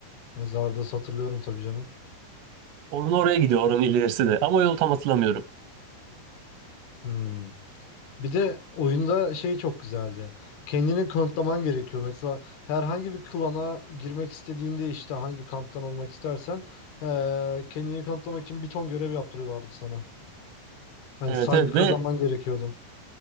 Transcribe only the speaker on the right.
Onun oraya gidiyor oranın ilerisi de. Ama o yolu tam hatırlamıyorum.
Evet
evet
ve